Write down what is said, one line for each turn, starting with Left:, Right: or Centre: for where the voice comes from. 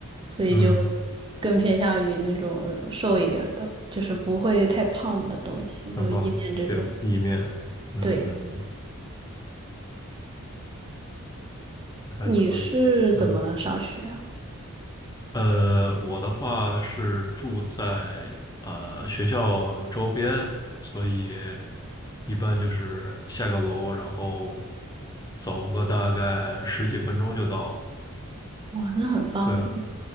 Right: 所以就更偏向于那种瘦一点儿的，
Left: 嗯，
Right: 就是不会太胖的东西，
Left: 然后比如意面，
Right: 就意面这种。
Left: 嗯，
Right: 对，
Left: 还可以，
Right: 你是怎么上学啊？
Left: 嗯。呃，我的话是住在呃学校周边，所以一般就是下个楼，然后走个大概十几分钟就到了，
Right: 哇，那很方便，
Left: 所以